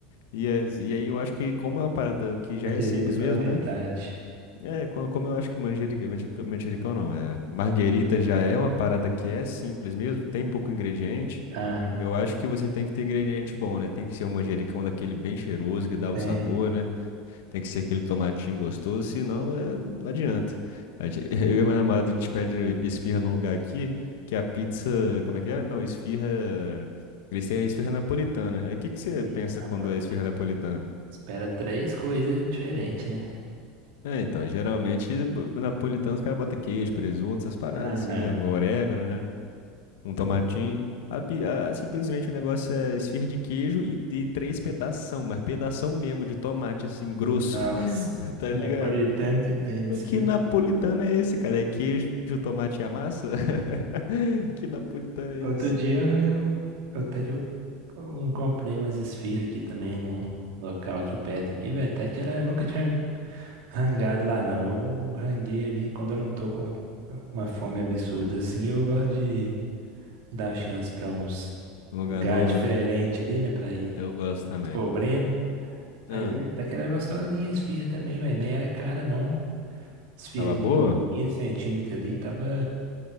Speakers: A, on the left (about 80°); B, on the right (about 65°).
A: E, é- e aí eu acho que como é uma parada que já
B: a direita
A: é simples
B: pela
A: mesmo,
B: metade.
A: né? É, co- como, eu acho que manjericão, manjericão, manjericão não, é. Marguerita já é uma parada que é simples mesmo, tem pouco ingrediente.
B: Ah,
A: Eu acho que você tem que ter ingrediente bom, né? Tem que ser um manjericão daquele bem cheiroso que dá o
B: tem.
A: sabor, né? Tem que ser aquele tomatinho gostoso, senão é, não adianta. A gen- <laughs> eu e minha namorada, a gente pede esfirra num lugar aqui, que a pizza, como é que é? Não, esfirra, eles têm a esfirra napolitana. Aí o que que você
B: E
A: pensa
B: a napolitana.
A: quando é esfirra napolitana?
B: Espera três coisas diferentes, né?
A: É, então, geralmente bo- napolitano os caras botam queijo, presunto, essas paradas
B: Ah, né?
A: assim, né? Orégano, né? Um tomatinho. A pi- a- simplesmente o negócio é esfirra de queijo e, e três pedação, mas pedação mesmo de tomate, assim, grosso,
B: Nossa.
A: <laughs> tá
B: Que
A: ligado?
B: napolitano que tem disso
A: O que napolitano é esse, cara? É queijo, tomate e a massa? <laughs> Que napolitano é
B: Outro
A: esse?
B: dia eu, eu até que eu, um- comprei umas esfirras aqui também num local aqui perto aqui, velho. Até que era, eu nunca tinha rangado lá não. Eu ranguei ali quando eu não tô com uma fome absurda assim, eu gosto de dar chance pra uns
A: Um lugar
B: lugares
A: novo,
B: diferentes
A: né?
B: ali, né? Pra ir
A: Eu gosto também.
B: descobrindo. Aí
A: Ah,
B: até que era gostosinha a esfirra também, velho. Nem era cara não. Esfirra
A: tava
B: de
A: boa?
B: 15 centímetros ali, tava.